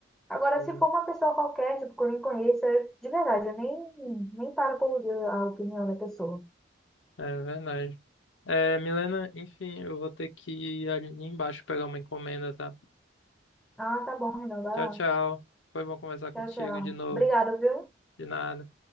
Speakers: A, in the centre; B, on the left (about 75°).
A: Agora,
B: sim.
A: se for uma pessoa qualquer, tipo, que eu nem conheço, eu- de verdade, eu nem, nem paro pra ouvir a opinião da pessoa.
B: É verdade. É, Milena, enfim, eu vou ter que ir ali embaixo pegar uma encomenda, tá?
A: Ah, tá bom, Renan, vai
B: Tchau,
A: lá.
B: tchau. Foi bom conversar contigo
A: Tchau, tchau.
B: de novo.
A: Obrigada, viu?
B: De nada.